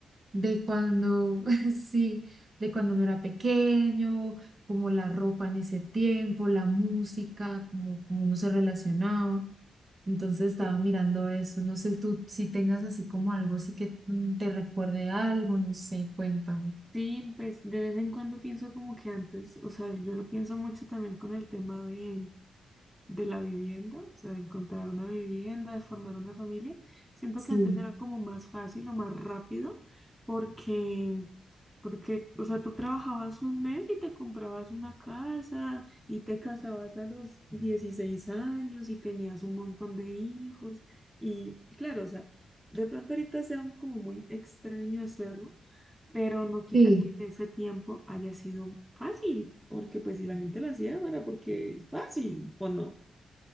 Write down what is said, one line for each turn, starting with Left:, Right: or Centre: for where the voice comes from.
Right: de cuando, <laughs> sí, de cuando uno era pequeño, como la ropa en ese tiempo, la música, como, como uno se relacionaba. Entonces estaba
Centre: Sí.
Right: mirando eso. No sé tú si tengas así como algo, así que mm, te recuerde algo, no sé, cuéntame.
Centre: Sí, pues de vez en cuando pienso como que antes, o sea, yo lo pienso mucho también con el tema de, de la vivienda, o sea, de encontrar una vivienda, de formar una familia. Siento
Right: Sí,
Centre: que antes era como más fácil o más rápido porque, porque, o sea, tú trabajabas un mes y te comprabas una casa y te casabas a los 16 años y tenías un montón de hijos y claro, o sea, de pronto ahorita sea como muy extraño hacerlo pero no quita
Right: sí,
Centre: que en ese tiempo haya sido fácil, porque pues si la gente lo hacía, era porque es fácil o no.